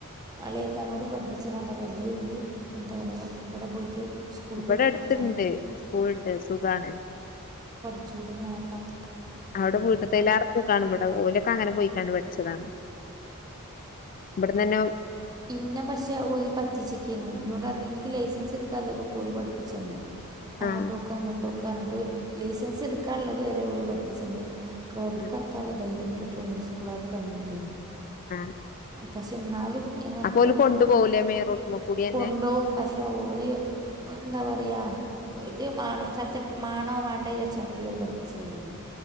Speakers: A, on the right (about 20°); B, on the left (about 35°).
A: അളിയാക്കാനോട് പഠിപ്പിച്ചെരാൻ പറയ് അല്ലെങ്കിൽ എന്താ പറയ ഇവിടെ പോയിട്ട് സ്കൂളിൽ
B: ഇവിടെ
A: പോയിട്ട്
B: അടുത്തുണ്ട്
A: പഠിച്ചാൽ
B: സ്കൂൾ ഇണ്ട് സുഖാണ്.
A: ഇജ്ജൂടെ പിന്നെ ആരെ കാത്ക്കാ
B: അവിടെ വീട്ടത്തെലെറെ സുഗാണ് ഇവടെ ഓലൊക്കെ അങ്ങനെ പോയിക്കാണ്ട് പഠിച്ചതാണ്. ഇവിടന്നന്നെ
A: ഇന്നെ പക്ഷെ ഓല് പറ്റിച്ച്ക്കേനു ഇന്നോട് പറഞ്ഞ് എനിക്ക് ലൈസൻസ് എടുക്കാല്ലൊതൊക്കെ ഓല് പഠിപ്പിച്ചന്ന്. അങ്ങട്ടോക്ക്
B: ആഹ്
A: ഇങ്ങട്ടോക്ക് പർഞ്ഞ്ട്ട് ലൈസൻസ് എടുക്കാനുള്ളത് വരെ ഓല് പഠിപ്പിച്ചെന്ന് റോട്ടിക്കെറക്കാൻല്ലെ
B: ആഹ്
A: ധൈര്യം എനിക്ക് ഡ്രൈവിംഗ് സ്കൂളാര് തന്നില്ലേന്ന്.
B: ആഹ്
A: പക്ഷെ എന്നാലും എങ്ങനൊക്കോ
B: അപ്പൊ ഓല്
A: ആയിട്ട്
B: കൊണ്ടു
A: ഞാം
B: പോകൂലേ
A: കൊണ്ട് പോവൂലെ?
B: മെയിൻ റോട്ടുമ്മ കൂടി തന്നെ
A: കൊണ്ടോകും പക്ഷെ ഓര് എന്താ പറയാ ഇത് മാണോ ചത്തട്ട് മാണോ മാണ്ടേ വിചാരിച്ചോണ്ടുള്ളൊര് പഠിപ്പിച്ചലേന്.